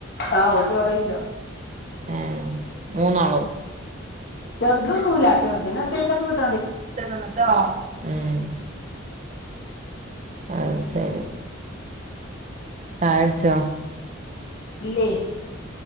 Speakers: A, on the left; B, on the right.
A: ആഹ് ഓല് ചോറ് വെയ്ച്ച.
B: ഏഹ് മൂന്നാളോ
A: ചെറുത് തിന്നൂല്ല ചെറുതിന് എന്തെങ്കിലും ഒക്കെ കിട്ട
B: കിട്ടണം ട്ടോ ഉം. അയ് സെരി. ചായ കുടിച്ചോ?
A: ഇല്ലേയ്.